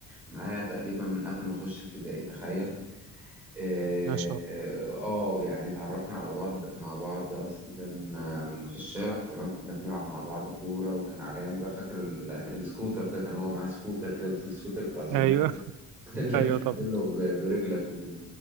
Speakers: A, in the centre; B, on the right (about 75°).
A: معايا تقريبا من قبل ما أخش ابتدائي تخيل آه
B: ما شاء الله
A: آه، يعني اتعرفنا على بعض مع بعض أصلا آه، في الشارع تمام كنا بنلعب مع بعض كورة وكان عليا بقى فاكر ال- السكوتر ده كان هو معاه سكوتر كده بس السكوتر بتاع زمان
B: ايوه <laughs>
A: <laughs> اللي
B: ايوه
A: بتعمله
B: طبعا
A: ب- برجلك وكده